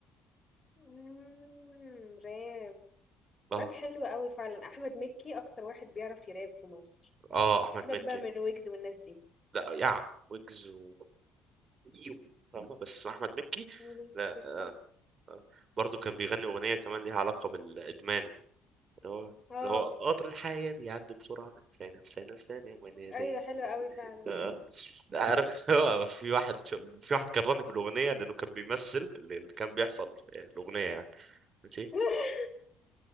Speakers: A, on the left; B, on the right.
A: إمم، راب،
B: اه
A: راب حلو أوي فعلًا، أحمد مكي أكتر واحد بيعرف يراب في مصر،
B: اه احمد
A: سيبك
B: مكي
A: بقى من ويجز والناس دي.
B: لا يع ويجز و إيو. فاهمة؟ بس احمد مكي
A: تسألني
B: لا
A: تسأل
B: آه آه. برضه كان بيغني اغنيه كمان ليها علاقه بالادمان اللي هو
A: آه،
B: اللي هو قطر الحياه بيعدي بسرعه ثانيه في ثانيه في ثانيه وانا زي
A: أيوه حلو أوي فعلًا.
B: آه. عارف <laughs> هو في واحد في واحد كرهني في الاغنيه لانه كان بيمثل اللي اللي كان بيحصل في الاغنيه يعني ماشي
A: <laughs>